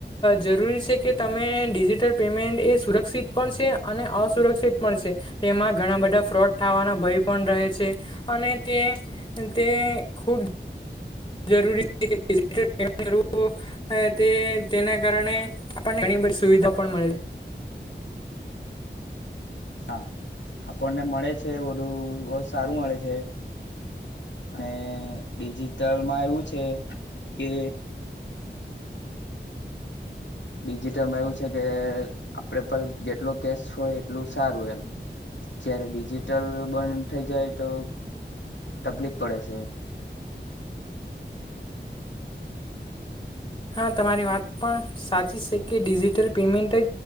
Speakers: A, on the left; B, on the left.
A: જરૂરી છે, કે તમે ડિજિટલ પેમેન્ટ એ સુરક્ષિત પણ છે, અને અસુરક્ષિત પણ છે, તેમાં ઘણા બધા ફ્રોડ થવાના ભય પણ રહે છે. અને તે તે ખુબ જરૂરી <unintelligible> ડિજીટલ પેમેન્ટ કરવું તેના કારણે આપણને બી સુવિધા પણ મળે છે.
B: હા આપણને મળે છે, બધું બહું સારું મળે છે. ને ડિજિટલમાં એવું છે, કે
A: <inaudible>
B: ડિજિટલમાં એવું છે, કે આપડે પર જેટલો કેસ હોય એટલું સારું એમ જય્યારે ડિજિટલ બંધ થઇ જાય તો તકલીફ પડે છે.
A: હા તમારી વાત પણ સાચી છે, કે ડિજિટલ પેમેન્ટ જ